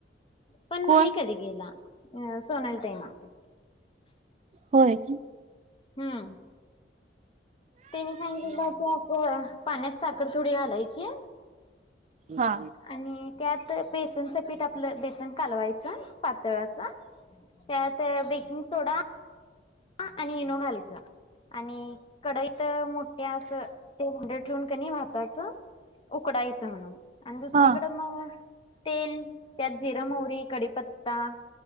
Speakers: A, on the left (about 30°); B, on the right (about 40°).
A: पण
B: कोण
A: नाही कधी गेला अ सोनली ताईनं.
B: होय क.
A: हम्म. त्यानी सांगितलं की असं पाण्यात साखर थोडी घालायची.
B: हा.
A: आणि त्यात बेसनचं पीठ आपलं बेसन कालवायचं पातळ असं. त्यात बेकिंग सोडा हा आणि इनो घालायच आणि कडाईत तर मोठ्या अस ते भांड ठेऊन कणी भाताच उकडायचं म्हणून दुसरीकड
B: हा
A: मग तेल त्यात जिरं-मोहरी कडीपत्ता